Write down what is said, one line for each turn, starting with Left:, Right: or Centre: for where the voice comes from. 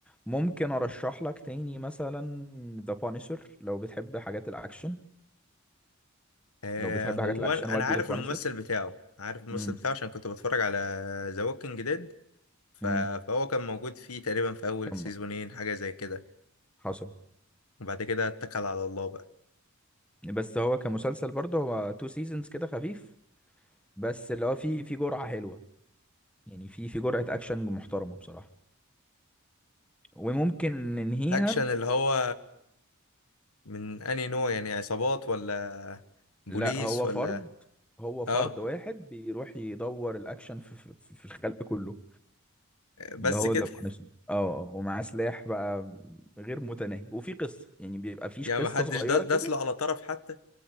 Centre: ممكن ارشح لك تاني مثلا ذا بانيشر لو بتحب حاجات الاكشن
Left: آه
Centre: لو بتحب
Left: هو
Centre: حاجات الاكشن
Left: انا
Centre: ودي
Left: أنا عارف
Centre: ذا بانشر
Left: الممثل بتاعه عارف الممثل
Centre: امم
Left: بتاعه عشان كنت بتفرج على ذا ووكينج ديد فهو
Centre: امم
Left: كان موجود فيه تقريبا في اول
Centre: كمل
Left: سيزونين حاجه زي كده
Centre: حصل
Left: وبعد كده اتكل على الله بقى
Centre: بس هو كمسلسل برضه هو تو سيزونز كده خفيف بس اللي هو في في جرعة حلوة يعني في في جرعة اكشن محترمة بصراحة وممكن ننهيها
Left: اكشن اللي هو من انهي نوع يعني عصابات ولا بوليس
Centre: لا هو
Left: ولا
Centre: فرد هو فرد
Left: اه
Centre: واحد بيروح يدور الاكشن في في, في الخلق كله
Left: بس
Centre: اللي هو
Left: كده
Centre: ذا بانشر اه آه، ومعاه سلاح بقى غير متناهي وفي قصة يعني بيبقى
Left: <laughs>
Centre: فيش
Left: يعني
Centre: قصة
Left: محدش
Centre: صغيرة
Left: د-
Centre: كده
Left: داس له على طرف حتى